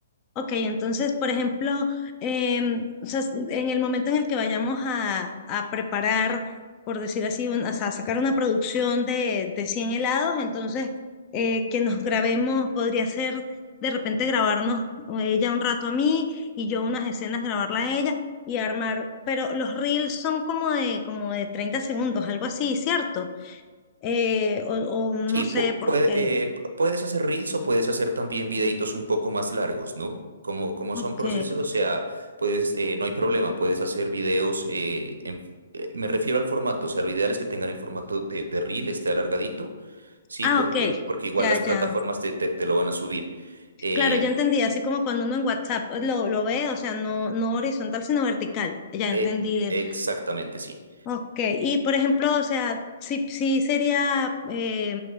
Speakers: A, on the left (about 30°); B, on the right (about 70°).
A: Ok, entonces, por ejemplo, em, o sea, s- en el momento en el que vayamos a, a preparar, por decir así, un- o sea, sacar una producción de, de 100 helados, entonces, eh, que nos grabemos, podría ser de repente grabarnos ella un rato a mí y yo unas escenas grabarla a ella y armar, pero los reels son como de, como de 30 segundos, algo así, ¿cierto? Eh, o, o no
B: Sí,
A: sé
B: pu-
A: por
B: puede-
A: qué.
B: eh, puedes hacer reels o puedes hacer también videitos un poco más largos, ¿no? Como, como
A: Ok.
B: son procesos, o sea, puedes, eh, no hay problema, puedes hacer videos, eh, en- eh, me refiero al formato, o sea, lo ideal es que tengan el formato de, de reel, esté alargadito, ¿sí?
A: Ah,
B: Porque,
A: ok.
B: porque igual
A: Ya,
B: las
A: ya.
B: plataformas te, te- te lo van a subir. Eh,
A: Claro, ya entendí, así como cuando uno en WhatsApp pues, lo, lo ve, o sea, no, no horizontal, sino vertical. Ya
B: eh,
A: entendí. el-
B: exactamente, sí.
A: Ok, y por ejemplo, o sea, sí, sí sería eh,